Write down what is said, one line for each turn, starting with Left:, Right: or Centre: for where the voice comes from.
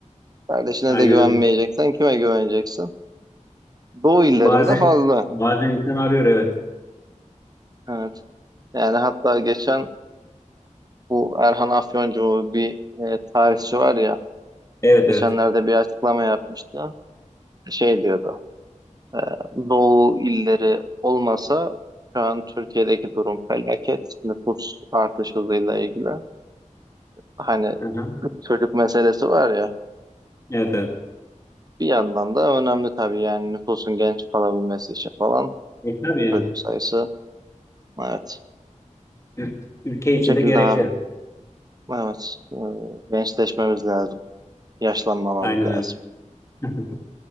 Right: Kardeşine
Left: Aynen
Right: de güvenmeyeceksen
Left: öyle.
Right: kime güveneceksin? Doğu illerinde
Left: Bazen
Right: fazla.
Left: bazen insan arıyor evet.
Right: Evet. Yani hatta geçen e, bu Erhan Afyoncu bir e, tarihçi var ya
Left: Evet
Right: geçenlerde
Left: evet.
Right: bir açıklama yapmıştı. şey diyordu. e, Doğu illeri olmasa şu an Türkiye'deki durum felaket. Nüfus artış hızıyla ilgili. Hani
Left: Hı hı.
Right: çocuk meselesi var ya.
Left: Evet evet.
Right: Bir yandan da önemli tabii yani nüfusun genç kalabilmesi için falan
Left: E, tabii evet.
Right: çocuk sayısı. Evet.
Left: Ül- Ülke
Right: Bu
Left: içinde
Right: şekilde
Left: gerekli.
Right: abi. Evet. e, Gençleşmemiz lazım. Yaşlanmamamız
Left: Aynen
Right: lazım.
Left: öyle. <laughs>